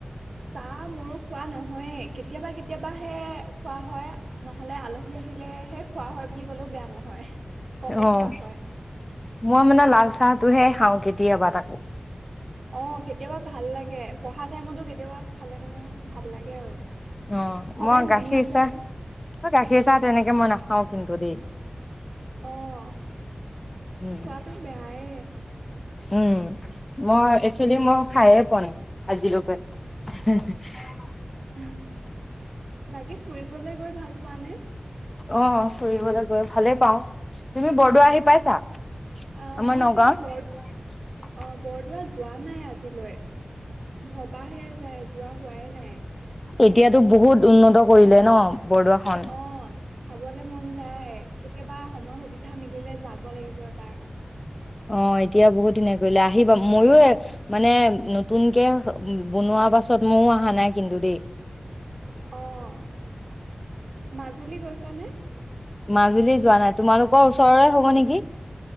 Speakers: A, on the right; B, on the left.
A: চাহ মোৰো খোৱা নহ হয়েই, কেতিয়াবা-কেতিয়াবা সেই খোৱা হয়, নহ'লে আলহী আহিলেহে খোৱা হয় বুলি ক'লেও বেয়া নহয়। কমেই
B: অ',
A: খোৱা হয়
B: মই মানে লাল চাহটোহে খাওঁ। কেতিয়াবা তাকো
A: অ'। কেতিয়াবা ভাল লাগে। পঢ়া টাইমতটো কেতিয়াবা খালে, মানে ভাল লাগে আৰু
B: অ',
A: সদায়
B: মই
A: মন
B: গাখীৰ
A: নাযায়
B: চাহ, গাখীৰ চাহ তেনেকে মই না খাওঁ, কিন্তু দেই
A: অ',
B: উম,
A: খোৱাটো বেয়াই
B: উম, মই, একচুৱেলি মই খাইয়েই পোৱা নাই, আজিলৈকে <inaudible>
A: আহ, বাকী ফুৰিবলৈ গৈ ভাল পোৱানে?
B: অ', ফুৰিবলৈ গৈ ভালেই পাওঁ। তুমি বৰদোৱা আহি পাইছা?
A: আহ
B: আমাৰ
A: মই
B: নগাঁৱত
A: যে বৰ অ', বৰদোৱা যোৱা নাই আজিলৈ। ভবাহে যায়, যোৱা হোৱাই নাই।
B: এতিয়াটো বহুত উন্নত কৰিলে ন? বৰদোৱাখন
A: অ', চাবলে মন যায় কেতিয়াবা সময় সুবিধা মিলিলে যাব লাগিব এবাৰ
B: অ', এতিয়া বহুত। <unintelligible> আহিবা, মইও মানে নতুনকে বনোৱা পাছত ময়ো অহা নাই দেই।
A: অ', মাজুলী গৈছানে?
B: মাজুলী যোৱা নাই, তোমালোকৰ ওচৰৰে হব নেকি?